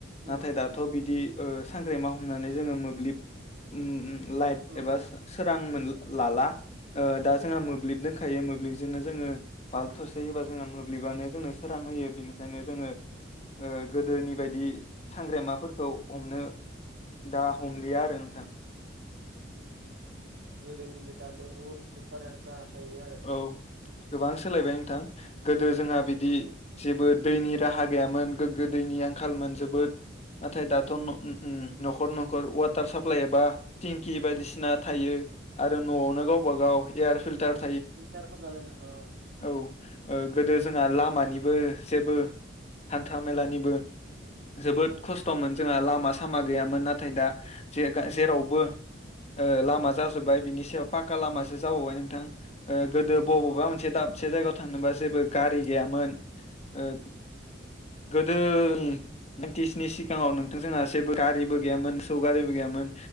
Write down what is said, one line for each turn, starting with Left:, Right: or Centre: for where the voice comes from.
Left: नाथाय
Right: औ
Left: दाथ' बिदि ओ सांग्रेमा हमनानै जोङो मोब्लिब उम-उम लाइट
Right: अ औ
Left: एबा सा रां मोन ल लाला ओ दा ज जोङा मोब्लिब दोंखायो मोब्लिब ज जोंनो जोङो बालब थसे होबा जोङो मोब्लिबानो जोंनो सोरां होयो बेनिखायनो जोङो ओ गोदोनि बायदि सांग्रेमाफोरखौ हमनो दा हमलिया आरो नोंथां
Right: उम गोदोनि दानिदो बुहुत दिफारेन्सा। थायो आरो
Left: औ गोबां सोलायबाय नों थां गोदो जोंहा बेदि
Right: औ
Left: जेबो दैनि राहा गैयामोन गोग्गो दैनि आंखालमोन जोबोद नाथाय दाथ' न' उम -उम
Right: औ
Left: न'खर न'खर उवाद टार साप्लाइ एबा टिंकि बायदिसिना थायो। आरो न'आवनो
Right: औ
Left: गावबा गाव एयार फिल्टार
Right: फिल्टार खामना लोङो ओ
Left: औ ओ गोदो जोंहा लामानिबो जेबो हान्था मेलानिबो जोबोद
Right: अ
Left: खस्थ'मोन जोंहा लामा लामा सामा गैयामोन नाथाय दा ज जेरावबो लामा जाजोब्बाय बिनि सायाव पाक्का लामासो जाबावबाय नोंथां। ओ गोदो
Right: औ
Left: बबबा
Right: औ
Left: मोनसे दाबसे जायगायाव थांनोबा जेबो गारि गैयामोन ओ गोदो ब्रीन्टिसनि सिगाङाव नोंथां जोंहा जेबो गारिबो गैयामोन मोसौ गारिबो गैयामोन